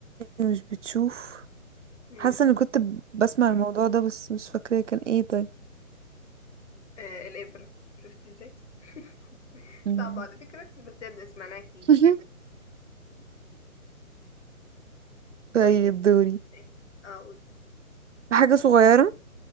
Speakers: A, on the right; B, on the left.
A: مش بتشوف
B: مم.
A: حاسة اني كنت ب- بسمع الموضوع ده بس مش فاكرة كان ايه طيب
B: آه الابره شفتي ازاي <laughs>
A: مم.
B: صعبه على فكره بس هي سمعناها كتير
A: <laughs> طيب
B: طيب
A: دوري
B: اه قول
A: حاجة صغيرة